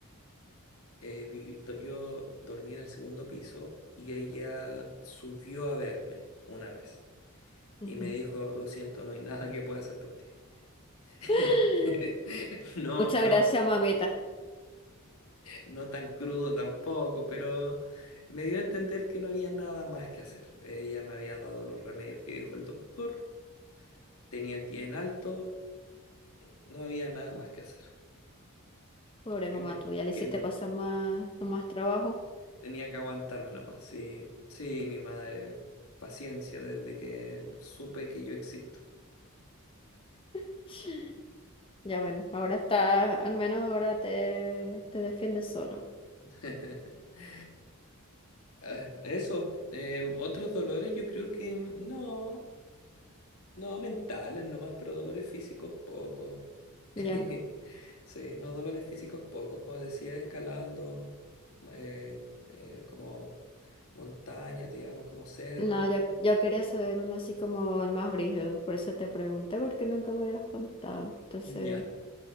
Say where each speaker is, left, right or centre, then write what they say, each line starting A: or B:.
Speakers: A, on the left; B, on the left.
A: eh, vi- do- yo dormía en el segundo piso y ella subió a verme una vez
B: Ujú.
A: y me dijo, lo siento, no hay nada que pueda hacer por ti. <laughs>
B: <laughs>
A: No,
B: Muchas
A: no,
B: gracias, mamita.
A: no tan crudo tampoco, pero me dio a entender que no había nada más que hacer. Ella me había dado los remedios que dijo el doctor, tenía el pie en alto, eh, no había nada más que hacer.
B: Pobre
A: Que
B: mamá
A: me,
B: tuya, le
A: que
B: hiciste
A: me
B: pasar más, más trabajo.
A: tenía que aguantarme nomás. Sí, sí, mi madre, paciencia desde que supe que yo existo.
B: <laughs> Ya bueno, ahora está, al menos ahora te, te defiendes solo.
A: <laughs> Ah, Eso, em, otros dolores yo creo que mm, no, no mentales nomás, pero dolores físicos poco. <laughs>
B: Ya,
A: Sí, no, dolores físicos pocos, como decía, escalando, eh, eh, como montañas, digamos, como cerros.
B: no, yo, yo quería saber uno así como el más brígido, por eso te pregunté, porque nunca me habías contado. Entonces,
A: Ya.